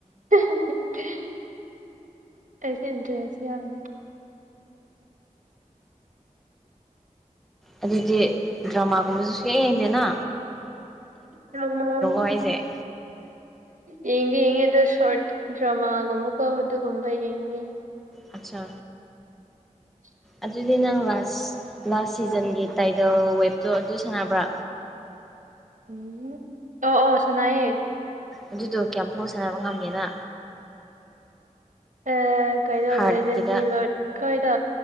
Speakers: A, on the right (about 70°); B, in the centre.
A: <unintelligible> ꯑꯩꯁꯨ ꯏꯟꯇꯔꯦꯁ ꯌꯥꯝ
B: ꯑꯗꯨꯗꯤ ꯗ꯭ꯔꯃꯥꯒꯨꯝꯕꯁꯨ ꯁꯨꯌꯦꯡ ꯌꯦꯡꯗꯦ ꯅ
A: <unintelligible>
B: ꯍꯥꯏꯁꯦ
A: ꯌꯦꯡꯗꯤ ꯌꯦꯡꯉꯦ ꯑꯗꯨ ꯁꯣꯔꯠ ꯗ꯭ꯔꯃꯥꯒꯨꯝꯕꯀꯣ ꯑꯗꯨꯒꯨꯝꯕ ꯌꯦꯡꯉꯦ
B: ꯑꯆꯥ
A: <inaudible>
B: ꯑꯗꯨꯗꯤ ꯅꯪ ꯂꯥꯁ ꯂꯥꯁ ꯁꯤꯖꯟꯒꯤ ꯇꯥꯏꯗꯜ ꯋꯦꯞꯇꯣ ꯑꯗꯨ ꯁꯥꯟꯅꯕ꯭ꯔꯥ
A: ꯎꯝ ꯑꯣ ꯑꯣ ꯁꯅꯥꯥꯏꯦ
B: ꯑꯗꯨꯗꯣ ꯀꯌꯥꯝꯐꯥꯎ ꯁꯥꯟꯅꯕ ꯉꯝꯒꯦꯅ
A: ꯑ꯫ ꯀꯩꯅꯣ
B: ꯍꯥꯔꯠꯀꯤꯗ
A: ꯂꯦꯖꯦꯟꯁꯤ ꯂꯣꯗ ꯈꯣꯏꯗ